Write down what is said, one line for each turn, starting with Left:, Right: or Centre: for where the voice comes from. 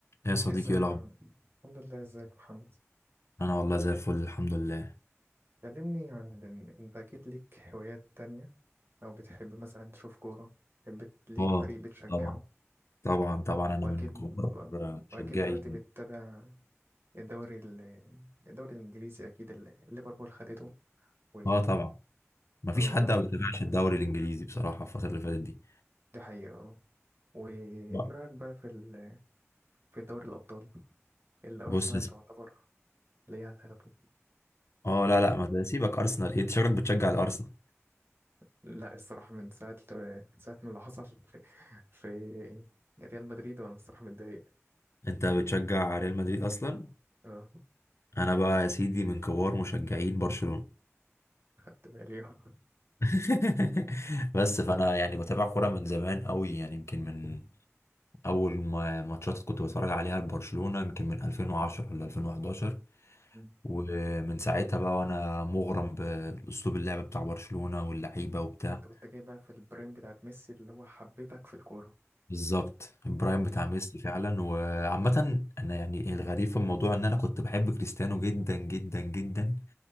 Left: يا صديقي
Right: ازيك
Left: ايه الاخبار
Right: يا عم؟ الحمد لله ازيك يا محمد
Left: انا والله زي الفل الحمد لله
Right: كلمني عن ال- انت اكيد ليك هوايات تانية او بتحب مثلا تشوف كورة بتحب ليك
Left: اه
Right: فريق بتشجعه
Left: طبعا طبعا طبعا
Right: واكيد
Left: انا من كبار مشجعي
Right: واكيد دلوقتي بتتابع الدوري ال... الدوري الانجليزي اكيد اللي ليفربول خدته و
Left: اه طبعا ما فيش
Right: اه
Left: حد
Right: و...
Left: ما بيتابعش الدوري الانجليزي بصراحه الفتره اللي فاتت دي
Right: دي حقيقة اه وايه
Left: بقى.
Right: رأيك بقى في ال... في دوري الابطال اللي ارسنال
Left: بص يا سيدي.
Right: تعتبر ليها تاخده
Left: اه لا لا ما ده سيبك ارسنال إيه، انت شكلك بتشجع الارسنال
Right: لا الصراحة من ساعة من ساعة ما اللي حصل في في ريال مدريد وأنا الصراحة متضايق
Left: انت بتشجع ريال مدريد اصلا
Right: اه
Left: انا بقى يا سيدي من كبار مشجعين برشلونه
Right: خدت بالي <laughs> آه.
Left: <laughs> بس فانا يعني بتابع كوره من زمان قوي يعني يمكن من اول ما ماتشات كنت بتفرج عليها لبرشلونه يمكن من 2010 ولا 2011
Right: مم.
Left: ومن ساعتها بقى وانا مغرم باسلوب اللعب بتاع برشلونة واللعيبة وبتاع
Right: أنت كنت جاي بقى في البرايم بتاعت ميسي اللي هو حببك في الكورة
Left: بالظبط البرايم
Right: مم.
Left: بتاع ميسي فعلا وعامة انا يعني الغريب في الموضوع ان انا كنت بحب كريستيانو جدا جدا جدا